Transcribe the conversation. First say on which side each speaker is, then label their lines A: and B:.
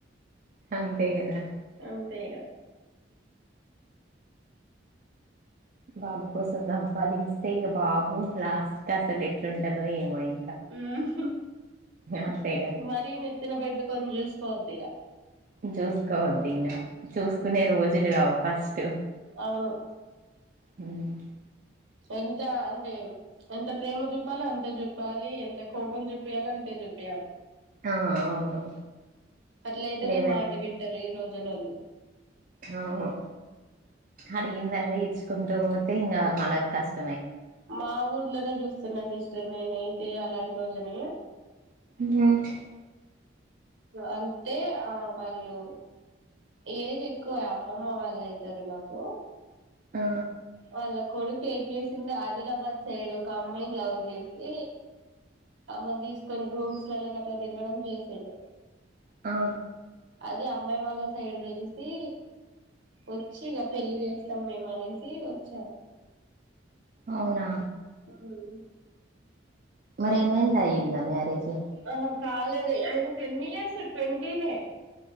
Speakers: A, on the right; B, on the right.
A: అంతే కదా
B: అంతే ఇగ
A: బాబు కోసం సంపాదిస్తే ఇగ బాబు లాస్ట్కీఅసలు ఎట్లుంటందో ఏమో ఇ
B: ఉహు
A: అంతేగా
B: మరి నెత్తిన పెట్టుకొని చూస్ కోవద్దు ఇగ
A: చూసుకోవదు ఇంగ చూసుకునే రోజులు కావు ఫస్ట్ టు
B: అవును
A: హుమ్
B: ఎంత అంటే ఎంత ప్రేమ చూపాలో అంతే చూపాలి ఎంత కోపం చూపియాలో అంతే చూపియాలి
A: ఆ అవును
B: అట్లయితనే
A: లేదంటే
B: మాట వింటారు ఈ రోజ్ జనాలు
A: అవును అడిగిందల ఇచ్ కుంటూపోతే ఇంగా మనక్ కష్ట
B: మా ఊర్లనే చూస్ సున్న సిస్టర్ నేనైతే అలాంటోళ్ళని
A: నువ్వ
B: అంటే ఆ వాళ్ళు ఏజ్ ఎక్కువే అమ్మమ్మ వల్లైతారు నాకు
A: ఆ
B: వాళ్ళ కొడుకు ఏం చేసిండు ఆదిలాబాద్ సైడు ఒకఅమ్మాయిని లవ్ చేసి ఆమెని తీసుకొని రూమ్స్లల గట్ల తిరగడం చేసిండు
A: ఆ
B: అది అమ్మాయి వాళ్ళ సైడ్ తెలిసి వచ్చిఇగ పెళ్ళి చేస్తాం మేమ్ మనేసి ఇగ చ్చారు
A: అవునా
B: ఏమనీ
A: మరి ఏమైంద్ అయ్యిందా మ్యారేజు
B: ఆహా కాలేదు ఆయనకు ఎన్నిఇయర్స్ ట్వంటీనే